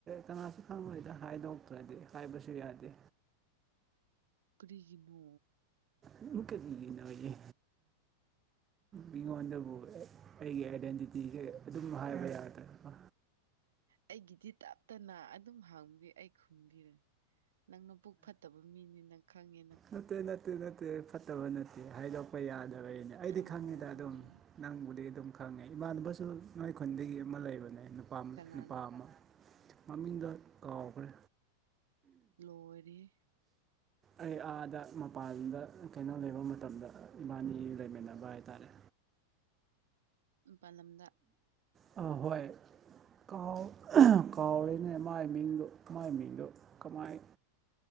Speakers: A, on the right; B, on the right.
A: ꯀꯅꯥꯁꯨ ꯈꯪꯗꯣꯏꯗ ꯍꯥꯏꯗꯣꯛꯇ꯭ꯔꯗꯤ ꯍꯥꯏꯕꯁꯨ ꯌꯥꯗꯦ
B: ꯀꯔꯤꯒꯤꯅꯣ
A: ꯑꯃꯨꯀꯒꯤꯟꯅ ꯑꯣꯏꯦ ꯃꯤꯉꯣꯟꯗꯕꯨ ꯑꯩꯒꯤ ꯑꯥꯏꯗꯦꯟꯇꯤꯇꯤꯁꯦ ꯑꯗꯨꯝ ꯍꯥꯏꯕ ꯌꯥꯗꯕ
B: ꯑꯩꯒꯤꯗꯤ ꯇꯞꯇꯅ ꯑꯗꯨꯝ ꯍꯥꯪꯕꯤ ꯑꯩ ꯈꯨꯝꯕꯤꯔ ꯅꯪꯅ ꯄꯨꯛ ꯐꯠꯇꯕ ꯃꯤꯅꯤ ꯅ ꯈꯪꯉꯦꯅ
A: ꯅꯠꯇꯦ ꯅꯠꯇꯦ ꯅꯠꯇꯦ ꯐꯠꯇꯕ ꯅꯠꯇꯦ ꯍꯥꯏꯗꯣꯛꯄ ꯌꯥꯗꯕꯒꯤꯅꯦ ꯑꯩꯗꯤ
B: ꯑꯥ
A: ꯈꯪꯉꯤꯗ ꯑꯗꯨꯝ ꯅꯪꯕꯨꯗꯤ ꯑꯗꯨꯝ ꯈꯪꯉꯦ ꯏꯃꯥꯟꯅꯕꯁꯨ ꯅꯣꯏ ꯈꯨꯟꯗꯒꯤ ꯑꯃ ꯂꯩꯕꯅꯦ ꯅꯨꯄꯥ
B: ꯀꯅꯥꯅ
A: ꯅꯨꯄꯥ ꯑꯃ ꯃꯃꯤꯡꯗꯣ ꯀꯥꯎꯈ꯭ꯔꯦ
B: ꯂꯣꯏꯔꯦꯍꯦ
A: ꯑꯩ ꯑꯥꯗ ꯃꯄꯥꯟꯗ ꯀꯩꯅꯣ ꯂꯩꯕ ꯃꯇꯝꯗ ꯏꯕꯥꯅꯤ ꯂꯩꯃꯤꯟꯅꯕ ꯍꯥꯏꯇꯥꯔꯦ
B: ꯝꯄꯥꯜ ꯂꯝꯗ
A: ꯑ ꯍꯣꯏ ꯀꯥꯎ ꯀꯥꯎꯔꯦꯅꯦ ꯃꯥꯏ ꯃꯤꯡꯗꯣ ꯃꯥꯏ ꯃꯤꯡꯗꯣ ꯀꯃꯥꯏ